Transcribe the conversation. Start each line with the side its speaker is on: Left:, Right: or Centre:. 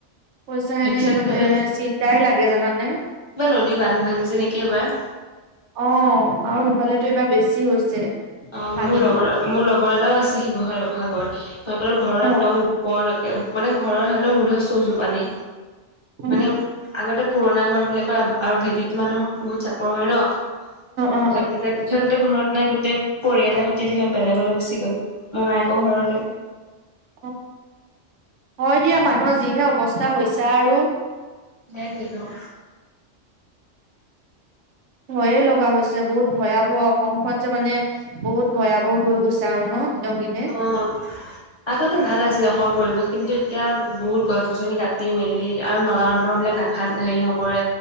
Right: পইচাই
Left: সেইটো
Right: নাই
Left: চাগে
Right: মানে চিন্তাই লাগে জানানে।
Left: এইবাৰ নদী বান্ধ ভাঙিছে নেকি এইবাৰ।
Right: অ আৰু সিফালেতো এইবাৰ বেছি হৈছে।
Left: অ
Right: পানীতো
Left: মোৰ লগৰ
Right: বহুত
Left: মোৰ লগৰ এটাও আছে শিৱসাগৰ ভাগত। সিহঁতৰ ঘৰৰ
Right: অ
Left: একদম ওপৰলৈকে মানে ঘৰৰ সিহঁতৰ মুধচ চোচো পানী।।
Right: অ
Left: মানে আগতে পুৰণা ঘৰ বিলাকৰ আৰু ভেটিত মানুহৰ বহুত চাপৰ হয় ন।
Right: অ
Left: য'ত ঘৰত নাই গোটেই। পৰিয়ালৰ সৈতে তেহত বেলেগলৈ গুচি গ'ল মমায়েকৰ ঘৰলে।
Right: অ হয় দিয়া মানুহৰ যিহে অৱস্থা হৈছে আৰু।
Left: সেইটোৱেতো।
Right: ভয়ে লগা হৈছে বহুত ভয়াৱহ অসমখন যে মানে। বহুত ভয়াৱহ হৈ গৈছে আৰু ন দিনক দিনে।
Left: অ'। আগতে ভাল আছিল অসমৰ পৰিৱেশ কিন্তু এতিয়া বহুত গছ গছনি কাটি মেলি আৰু নলা নদমা বিলাক নাথে। হেৰি নকৰে